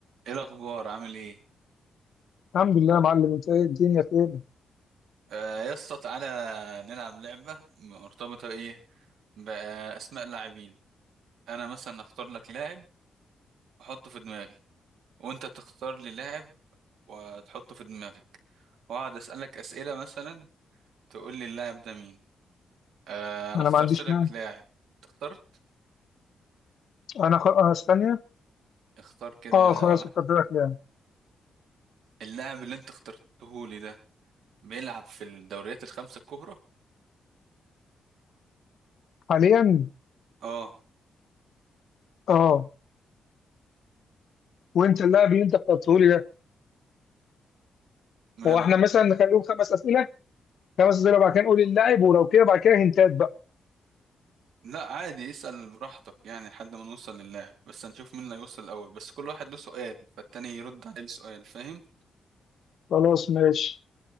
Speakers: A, on the right (about 80°); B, on the left (about 65°).
A: ايه الاخبار عامل ايه
B: الحمد لله يا معلم انت ايه الدنيا فين؟
A: آه يا اسطى تعالى نلعب لعبه مرتبطه ايه باسماء اللاعبين انا مثلا اختار لك لاعب واحطه في دماغي وانت تختار لي لاعب وتحطه في دماغك واقعد اسالك اسئله مثلا تقول لي اللاعب ده مين آه انا
B: انا
A: اخترت
B: ما عنديش
A: لك
B: مانع
A: لاعب أنت اخترت
B: انا خ... آه، ثانية
A: اختار كده
B: اه خلاص
A: واحد.
B: اتفقنا يعني
A: اللاعب اللي انت اخترته لي ده بيلعب في الدوريات الخمسه الكبرى
B: حاليا
A: اه
B: اه وانت اللاعب اللي انت اخترته لي ده
A: ماله
B: هو احنا مثلا نخليهم خمس اسئلة خمس اسئلة بعد كده نقول اللاعب ولو كده بعد كده هنتات بقى
A: لا عادي اسأل براحتك يعني لحد ما نوصل للاعب بس هنشوف مين اللي هيوصل الأول بس كل واحد له سؤال فالتاني يرد عليه بسؤال فاهم
B: خلاص ماشي